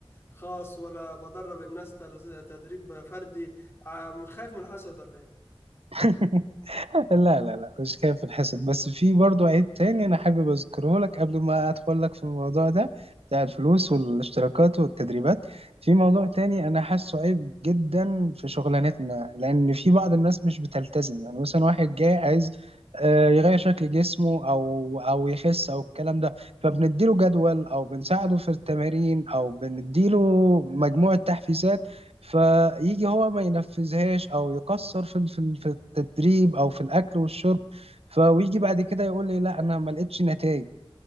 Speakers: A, on the left; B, on the right.
A: خاص ولا بدرب الناس تر- تدريب فردي ع- مش خايف من الحسد ولا ايه
B: <laughs> لا لا لا مش خايف الحسد بس في برضو عيب تاني انا حابب اذكره لك قبل ما ادخل لك في الموضوع ده بتاع الفلوس والاشتراكات والتدريبات في موضوع تاني انا حاسه عيب جدا في شغلانتنا لان في بعض الناس مش بتلتزم يعني مثلا واحد جاي عايز آه، يغير شكل جسمه او او يخس او الكلام ده فبنديله جدول او بنساعده في التمارين او بنديله مجموعة تحفيزات فيجي هو ما ينفذهاش او يقصر في في في التدريب او في الاكل والشرب فويجي بعد كده يقول لي لا انا ما لقيتش نتائج